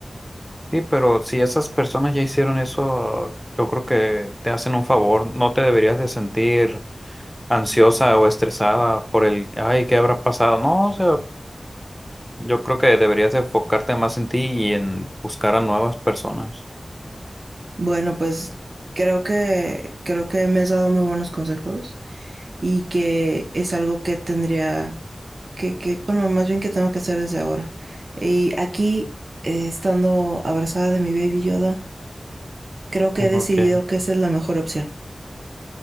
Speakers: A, in the centre; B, on the right.
A: Sí, pero si esas personas ya hicieron eso, yo creo que te hacen un favor. No te deberías de sentir ansiosa o estresada por el, ay, ¿qué habrá pasado? No, o sea, yo creo que deberías de enfocarte más en ti y en buscar a nuevas personas.
B: Bueno, pues creo que, creo que me has dado muy buenos consejos y que es algo que tendría que, que, bueno, más bien que tengo que hacer desde ahora. Y aquí, eh, estando abrazada de mi baby Yoda, creo que he decidido
A: Ok.
B: que esa es la mejor opción.